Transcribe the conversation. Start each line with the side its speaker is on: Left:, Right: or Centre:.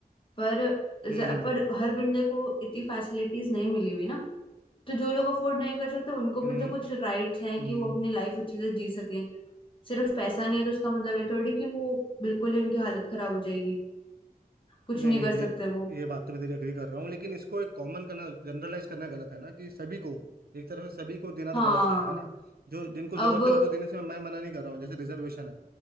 Left: पर ज-
Right: हम्म हम्म
Left: पर हर बंदे को इतनी फैसिलिटीज नहीं मिली हुई ना तो जो लोग अफोर्ड नहीं कर सकते उनको भी
Right: हम्म
Left: तो कुछ राइट्स हैं
Right: हम्म
Left: कि वो अपनी लाइफ अच्छे से जी सकें सिर्फ पैसा नहीं है तो उसका मतलब है थोड़ी कि वो बिल्कुल ही उनकी हालत खराब हो जाएगी कुछ
Right: नहीं
Left: नहीं
Right: नहीं
Left: कर सकते
Right: ये
Left: वो
Right: ये बात तो मैं तेरी एग्री कर रहा हूँ लेकिन इसको एक कॉमन करना जनरलाइज करना गलत है ना कि सभी को एक तरह से सभी को देना तो
Left: हाँ
Right: गलत हो जाएगा ना जो जिनको जरूरत
Left: अब
Right: है उनको देने से मैं मना नहीं कर रहा हूँ जैसे रिजर्वेशन है